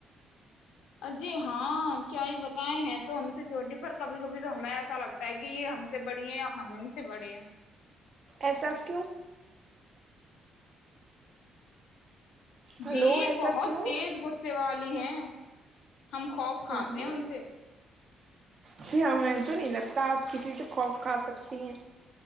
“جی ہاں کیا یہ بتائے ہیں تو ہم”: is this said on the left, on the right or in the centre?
Left